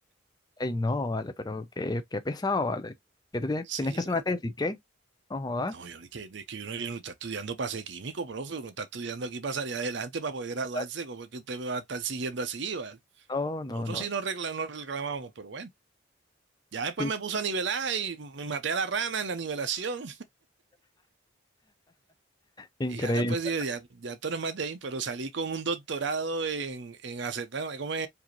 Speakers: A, on the left; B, on the right.
A: Ey, no, vale, pero qué, qué pesado, vale. ¿Qué te tienes,
B: Sí,
A: tienes que hacer
B: vale.
A: una tesis? ¿Qué? No jodas.
B: No, yo ni que, de que uno, yo no está estudiando para ser químico, profe, uno está estudiando aquí para salir adelante, para poder graduarse,
A: Ah,
B: ¿cómo es que usted me va a estar siguiendo así, vale?
A: No, no,
B: Nosotros
A: no.
B: sí nos recla- nos reclamábamos, pero bueno. Ya después
A: Sí,
B: me puso a nivelar y me maté a la rana en la nivelación.
A: increíble.
B: Y ya después dije, ya, ya esto no es más de ahí, pero salí con un doctorado en, en acetona, ¿cómo es?